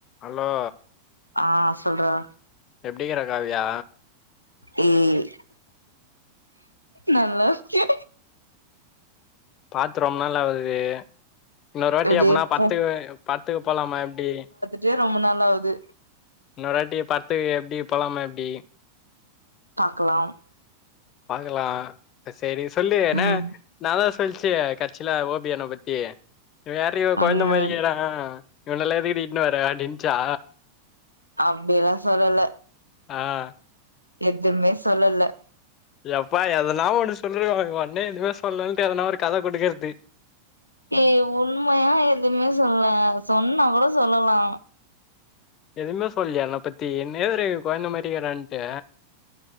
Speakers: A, on the left; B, on the left.
A: Allow
B: ஆ சொல்றா
A: எப்டிக்கிற காவியா
B: ம் நல்லாருக்கே
A: பாத்து ரொம்ப நாள் ஆவுது இன்னொரு வாட்டி
B: எப்டியே
A: எப்னா பட்த்துக்கு
B: போ
A: பட்த்துக்கு போலாமா எப்டி
B: டே ரொம்ப நாளாவுது
A: இன்னொரு வாட்டி பட்த்துக் எப்டி போலாமா எப்டி
B: பாக்கலாம்
A: பாக்கலா சரி சொல்லு என்ன
B: ம்
A: ன்னாதா சொல்ச்சி கட்ச்சியில ஓபியன பத்தி இவ யார்ரி
B: ஒண்ணுமே
A: கொழந்த மாறிக்கிறா இவனல்லா எதுக்குடி இட்ன்னு வர அப்டின்ச்சா
B: அப்டியெல்லா சொல்லல
A: ஆ
B: எத்துமே சொல்லல
A: யப்பா எதனா ஒண்ணு சொல்லிருவாங்க ஒண்ணே எதுமே சொல்லலன்ட்டு எதனா ஒரு கத குடுக்கறது
B: ஏ உண்மையா எதுமே சொல்லல சொன்னா கூட சொல்லலா
A: எதுவுமே சொல்லியா என்ன பத்தி என்ன எது கொழந்த மாரிக்கிறான்ட்டு